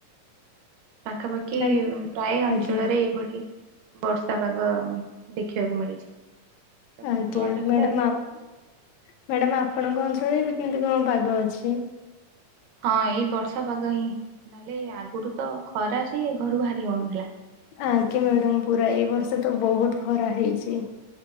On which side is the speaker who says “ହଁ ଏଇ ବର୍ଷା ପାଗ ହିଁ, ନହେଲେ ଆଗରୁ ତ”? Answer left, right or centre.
Right